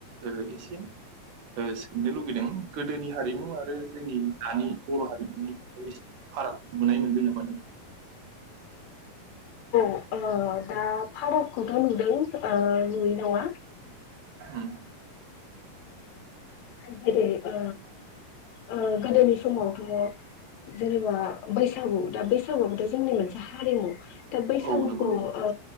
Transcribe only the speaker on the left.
ओ दा फारागखौथ' नुदों ओ नुयै नङा
जेरै ओ ओ गोदोनि समावथ' जेनेबा बैसागु दा बैसागुखौथ' जोंनि मोनसे हारिमु दा बैसागुखौ
ओ